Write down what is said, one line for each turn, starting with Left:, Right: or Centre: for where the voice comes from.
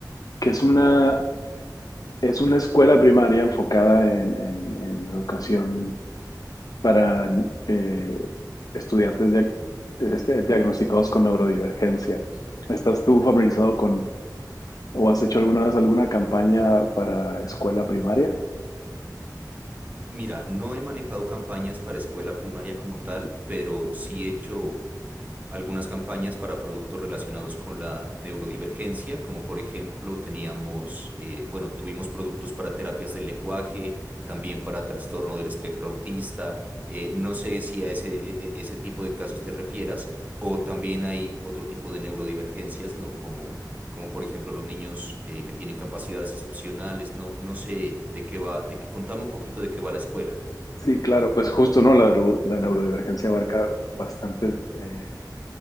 Left: que es una, es una escuela primaria enfocada en, en- en educación para eh, estudiantes dia- este, diagnosticados con neurodivergencia. ¿Estás tú familiarizado con o has hecho alguna vez alguna campaña para escuela primaria?
Right: Mira, no he manejado campañas para escuela primaria como tal, pero sí he hecho algunas campañas para productos relacionados con la neurodivergencia, como por ejemplo teníamos, eh, bueno, tuvimos productos para terapias del lenguaje, también para trastorno del espectro autista. eh, no sé si a ese, e- e- ese tipo de casos te refieras, o también hay otro tipo de neurodivergencias, ¿no? Como, como por ejemplo los niños eh, que tienen capacidades excepcionales, ¿no? No sé de qué va, de qué, contame un poquito de qué va la escuela.
Left: Sí, claro, pues justo, ¿no? La, neuro- la neurodivergencia abarca bastantes eh,